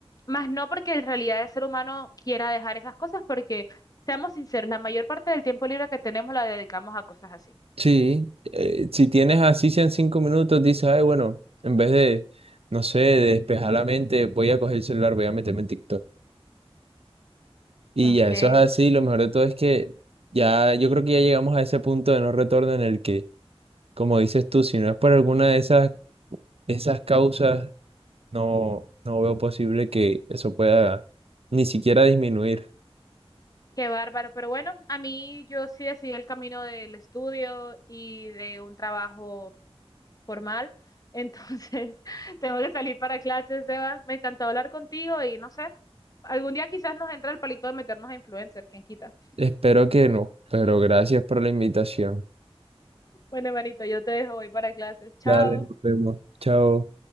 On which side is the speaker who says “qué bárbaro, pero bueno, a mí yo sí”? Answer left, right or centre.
Left